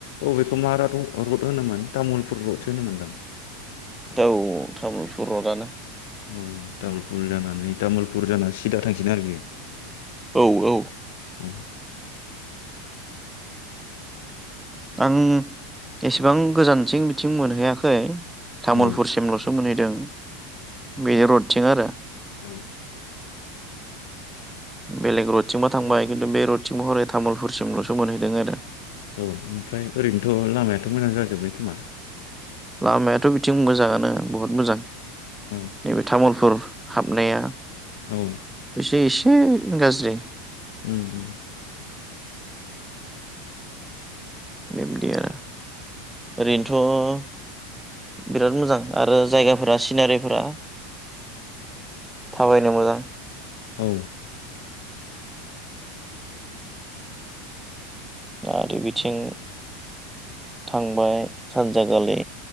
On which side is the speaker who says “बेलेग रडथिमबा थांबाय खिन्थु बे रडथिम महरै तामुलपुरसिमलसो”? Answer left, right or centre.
Centre